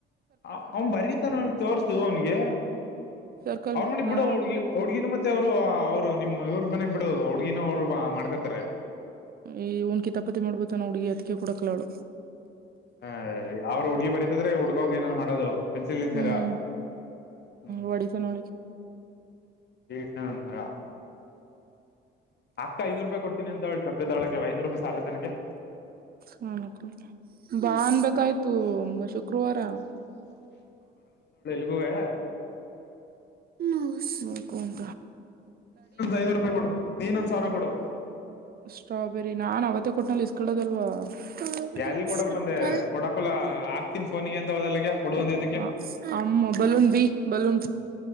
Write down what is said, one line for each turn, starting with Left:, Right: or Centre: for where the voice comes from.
Left: ಆ ಅವ್ನ್ ಬರೀತಾನ್ ಅವ್ನ್ ತೋರ್ಸು ಅವನ್ಗೆ.
Right: ಸರ್ಕಲ್
Left: ಅವ್ರ ಮನೆಗ್
Right: ಹಾ
Left: ಬಿಡು ಹುಡ್ಗಿ ಹುಡ್ಗಿನ ಮ ತ್ತೆ ಅವ್ರು ಅವ್ರು ನಿಮ್ ಇವ್ರರು ಮನೆಗ್ ಬಿಡು ಆ ಹುಡ್ಗಿನು ಅವ್ರು ಮಾಡ್ಕೊತಾರೆ.
Right: ಈ ಇವ್ನ್ ಕಿತಾಪತಿ ಮಾಡ್ಕೋತಾನೆ ಹುಡ್ಗಿ ಅದ್ಕೆ ಕೊಡಕ್ಕಿಲ್ಲ ಅವ್ಳು.
Left: ಹ ಅವ್ರ್ ಹುಡ್ಗಿ ಬರಿತಿದ್ರೆ ಈ ಹುಡ್ಗ ಹೋಗ್ ಏನೇನೋ ಮಾಡೋದು. ಪೆನ್ಸಿಲ್ ಗಿನ್ಸಿಲ್
Right: ಹ್ಮ್
Left: ಹ್ಮ್.
Right: ಹೊಡಿತಾನ ಅವಳಿಗೆ
Left: ಕೀಟ್ಲೆ ನಾನ್ ಮಗ. ಅಕ್ಕ ಐನೂರುಪಾಯಿ ಕೊಡ್ತೀನಿ ಅಂತವ್ಳೆ ಚಪ್ಪಲಿ ತಗೊಳ್ಳೋಕೆ ಐದನೂರ್ ರುಪಾಯ್ ಸಾಲತ್ತಾ ನಿಂಗೆ.
Right: ಹ್ಮ್ ಹ್ಮ್. ಬಾ ಅನ್ಬೇಕಾಗಿತ್ತು ಶುಕ್ರವಾರ.
Left: ಗುರುವೇ
Right: ನೋ <unintelligible>
Left: ಒಂದ್ ಐನೂರು ರೂಪಾಯಿ ಕೊಡು ನೀನೊಂದ್ ಸಾವಿರ ಕೊಡು
Right: ಸ್ಟ್ರಾಬೆರಿ ನಾನ್ ಅವತ್ತೇ ಕೊಟ್ನಲ್ಲ ಇಸ್ಕೊಳ್ಳೋದಲ್ವಾ. ಹಾ
Left: ಎಲ್ ಕೊಡಕ್ ಬಂದೆ ಕೊಡಕಲ್ಲ ಹಾಕ್ತಿನ್ ಫೋನಿಗೆ ಅಂತ ಹೋದಲ್ಲಗೆ ಕೊಡು ಅಂದಿದ್ದಕ್ಕೆ
Right: ಹಾ. ಅಮ್ಮ ಬಲೂನ್ ಬಿ ಬಲೂನ್